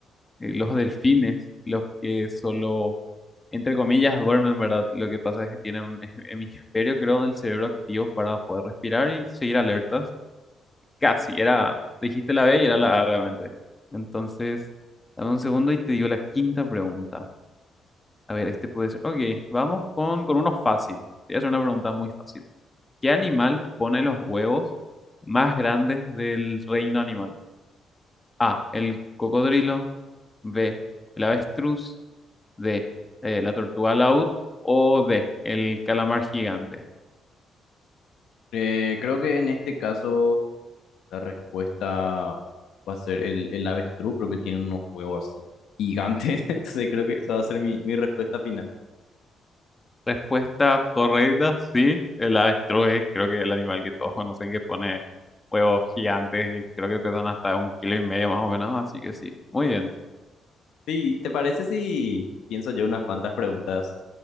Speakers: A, on the left (about 25°); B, on the left (about 75°).
A: eh, los delfines los que solo, entre comillas, duermen, ¿verdad? Lo que pasa es que tienen un he- hemisferio, creo, del cerebro activo para poder respirar y seguir alertas. Casi, era, dijiste la B y era la A realmente. Entonces, dame un segundo y te digo la quinta pregunta. A ver, este puede ser. Ok, vamos con, con uno fácil. Te voy a hacer una pregunta muy fácil. ¿Qué animal pone los huevos más grandes del reino animal? A. El cocodrilo. B. El avestruz. D. eh, la tortuga laúd. O D. El calamar gigante.
B: Eh, creo que en este caso La respuesta va a ser el, el avestruz, creo que tiene unos huevos así gigantes, <laughs> entonces creo que esa va a ser mi, mi respuesta final.
A: Respuesta correcta, sí. El avestruz es creo que el animal que todos conocen que pone huevos gigantes y creo que pesan hasta un kilo y medio más o menos. Así que sí. Muy bien.
B: Sí, ¿te parece si pienso yo unas cuantas preguntas